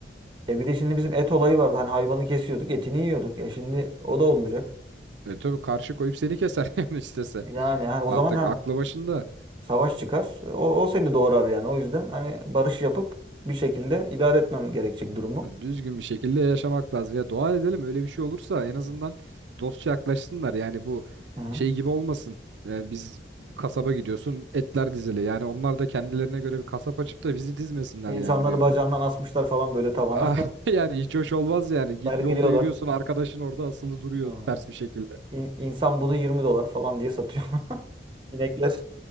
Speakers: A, on the right; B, on the right.
A: E bir de şimdi bizim et olayı vardı. Hani hayvanı kesiyorduk, etini yiyorduk. Ya şimdi o da olmayacak.
B: E tabii karşı koyup seni keser <laughs> yani istese.
A: Yani ha, o
B: Artık
A: zaman ha
B: aklı başında.
A: savaş çıkar. O, o seni doğrar yani. O yüzden hani barış yapıp bir şekilde idare etmen gerekecek durumu.
B: düzgün bir şekilde yaşamak lazım. Ya dua edelim öyle bir şey olursa en azından dostça yaklaşsınlar. Yani bu
A: Hı. hı.
B: şey gibi olmasın. Yani biz kasaba gidiyorsun etler dizili. Yani onlar da kendilerine göre bir kasap açıp da bizi dizmesinler
A: İnsanları
B: yani reyona.
A: bacağından asmışlar falan böyle tavana.
B: Ah, <laughs> yani hiç hoş olmaz yani. Git
A: <laughs> Sergiliyorlar.
B: yolda yürüyorsun arkadaşın orada asılı duruyor
A: Hı.
B: ters bir şekilde.
A: İn- İnsan budu 20 dolar falan diye satıyor. <laughs> İnekler.